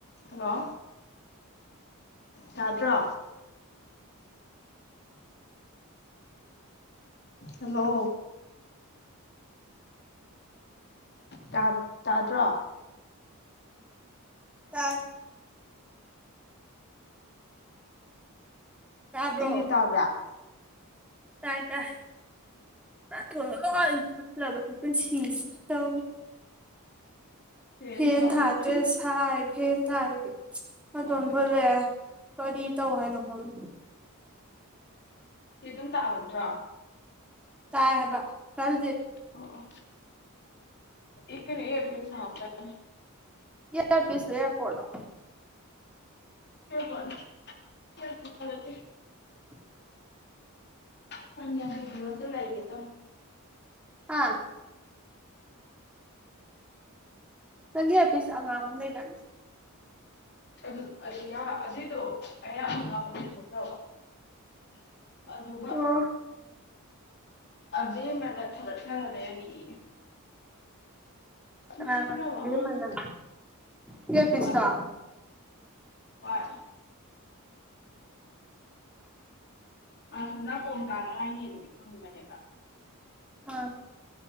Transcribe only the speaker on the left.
ꯍꯜꯂꯣ ꯌꯥꯗ꯭ꯔꯣ ꯍꯂꯣ ꯇꯥ ꯇꯥꯗ꯭ꯔꯣ
ꯆꯨꯗꯤ ꯇꯥꯕ꯭ꯔꯥ
ꯐꯦꯟ ꯊꯥꯃꯟꯕꯩ
ꯑꯧ ꯑꯩꯕ
ꯑꯦ ꯗꯨꯝ ꯇꯥꯕꯅꯠꯗ꯭ꯔꯣ
ꯑꯣ ꯑꯣ ꯑꯦ ꯀꯔꯤ ꯏꯌꯥꯔꯇꯦꯜ ꯁꯥꯎ ꯀꯜ
ꯏꯌꯥꯔꯄꯣꯠꯅꯤ ꯏꯌꯥꯔꯄꯤꯁꯀ ꯅꯠꯇꯦ
ꯆꯅꯤꯌꯥꯡꯈꯩ ꯄꯤꯕ ꯑꯝꯇ ꯁꯩꯒꯦ ꯇꯧꯟ
ꯑꯗꯨ ꯑꯗꯨ ꯌꯥ ꯑꯗꯨꯏꯗꯨ ꯑꯩꯅ ꯑꯉꯥꯡꯗ ꯄꯤꯊꯣꯛꯈ꯭ꯔꯕ ꯑꯗꯨꯒ
ꯑꯗꯨꯏ ꯃꯅ ꯊꯒꯠ ꯁꯥꯅꯥ ꯂꯩꯔꯝꯃꯦꯌꯦ
ꯍꯦꯟꯒ꯭ꯔꯕ
ꯑꯉꯥꯡ
ꯍꯣꯏ
ꯍꯣꯏ ꯑꯁꯨ ꯅꯀꯣꯡ ꯇꯥꯅꯉꯥꯏꯅꯤ ꯗꯨꯗꯤ ꯈꯪꯕꯅꯦꯕ